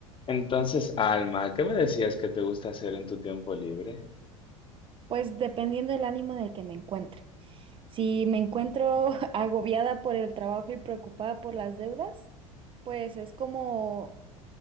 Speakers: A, on the left (about 30°); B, on the right (about 30°).
A: Entonces, Alma, ¿qué me decías que te gusta hacer en tu tiempo libre?
B: Pues dependiendo del ánimo en el que me encuentre. Si me encuentro <laughs> agobiada por el trabajo y preocupada por las deudas, pues es como